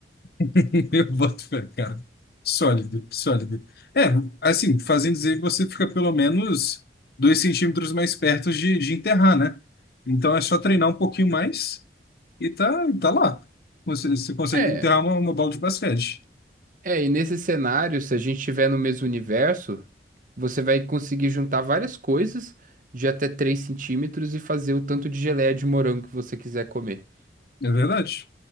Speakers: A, on the left; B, on the right.
A: <laughs> Eu boto fé, cara. Sólido, sólido. É, assim, fazendo dizer que você fica pelo menos dois centímetros mais perto de, de enterrar, né? Então é só treinar um pouquinho mais e tá, tá lá. Você, você consegue
B: É,
A: enterrar uma, uma bola de basquete.
B: é, e nesse cenário, se a gente estiver no mesmo universo, você vai conseguir juntar várias coisas de até 3 centímetros e fazer o tanto de geleia de morango que você quiser comer.
A: É verdade.